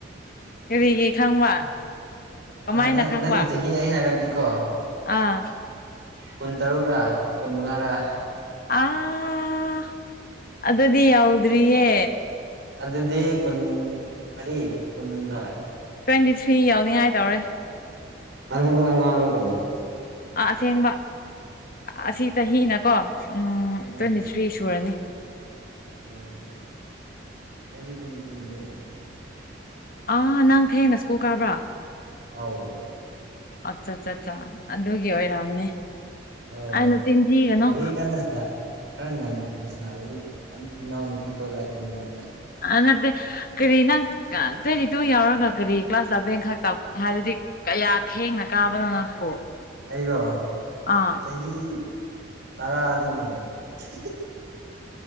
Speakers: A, on the left; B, on the right.
A: ꯀꯔꯤꯒꯤ ꯈꯪꯕ ꯀꯃꯥꯏꯅ
B: ꯑ ꯅꯥ
A: ꯈꯪꯕ
B: ꯅꯪꯒꯤ ꯆꯍꯤ ꯑꯩ ꯍꯥꯏꯔꯛꯀꯦꯀꯣ
A: ꯑꯥ
B: ꯀꯨꯟ ꯇꯔꯨꯛꯔ ꯀꯨꯟ ꯃꯉꯥꯔꯥ
A: ꯑꯥ ꯑꯗꯨꯗꯤ ꯌꯧꯗ꯭ꯔꯤꯌꯦ
B: ꯑꯗꯨꯗꯤ ꯀꯨꯟ ꯃꯔꯤ ꯀꯨꯟꯍꯨꯝꯗꯣꯏ
A: ꯇ꯭ꯋꯦꯟꯇꯤꯊ꯭ꯔꯤ ꯌꯧꯅꯤꯡꯉꯥꯏ ꯇꯧꯔꯦ
B: ꯑꯗꯨꯗꯤ ꯑꯉꯥꯡꯅꯦ ꯀꯩꯅꯣ
A: ꯑꯥ ꯑꯁꯦꯡꯕ ꯑꯁꯤ ꯆꯍꯤꯅꯀꯣ ꯑꯥ ꯇ꯭ꯋꯦꯟꯇꯤꯊ꯭ꯔꯤ
B: ꯎꯝ
A: ꯁꯨꯔꯅꯤ
B: ꯑꯣ ꯑꯩꯗꯤ ꯇ꯭ꯋꯦꯟꯇꯤ ꯇꯨꯅꯦ
A: ꯑꯥ ꯅꯪ ꯊꯦꯡꯅ ꯁ꯭ꯀꯨꯜ ꯀꯥꯕ꯭ꯔꯥ
B: ꯑꯥꯎ
A: ꯑꯠꯆꯥ ꯆꯥ ꯆꯥ ꯑꯗꯨꯒꯤ ꯑꯣꯏꯔꯝꯅꯤ
B: ꯑꯣ
A: ꯑꯩꯅ ꯆꯤꯟꯊꯤꯒꯅꯨ
B: ꯋꯥꯔꯤ ꯀꯟꯅ ꯁꯥꯟꯅ ꯈꯔ ꯉꯟꯅ ꯁꯥꯟꯅꯔꯗꯤ ꯅꯅꯥꯎ ꯅꯨꯄꯤ ꯊꯣꯛꯂꯛꯀꯅꯤ ꯅꯣꯏ
A: ꯑꯥ ꯅꯠꯇꯦ ꯀꯔꯤ ꯅꯪ ꯇ꯭ꯋꯦꯟꯇꯤ ꯇꯨ ꯌꯧꯔꯒ ꯀꯔꯤ ꯀ꯭ꯂꯥꯁ ꯂꯥꯕꯦꯜ ꯈꯥꯛ <unintelligible> ꯍꯥꯏꯕꯗꯤ ꯀꯌꯥ ꯊꯦꯡꯅ ꯀꯥꯕꯅꯣ ꯅꯪꯕꯣ
B: ꯑꯩꯔꯣ
A: ꯑꯥ
B: ꯆꯍꯤ ꯇꯔꯥꯗꯒꯤ ꯍꯦꯟꯅ <unintelligible>